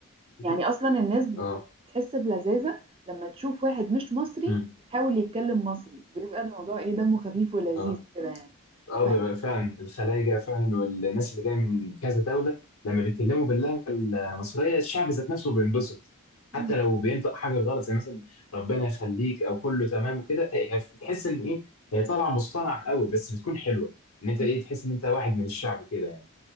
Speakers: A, on the left; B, on the right.
A: <laughs>
B: يعني اصلا الناس
A: اه
B: بتحس بلذاذه لما تشوف واحد مش مصري
A: مم.
B: يحاول يتكلم مصري بيبقى الموضوع ايه دمه خفيف ولذيذ
A: اه
B: كده يعني
A: اه
B: بحس
A: بيبقى فعلا الخلايجه فعلا والناس اللي جايه من كذا دوله لما بيتكلموا باللهجه المصريه الشعب ذات نفسه بينبسط
B: مم.
A: حتى لو بينطق حاجه غلط زي مثلا ربنا يخليك او كله تمام وكده إيه، بتحس ان ايه هي طالعه مصطنعه قوي بس بتكون حلوه ان انت
B: مم.
A: ايه تحس ان انت واحد من الشعب كده يعني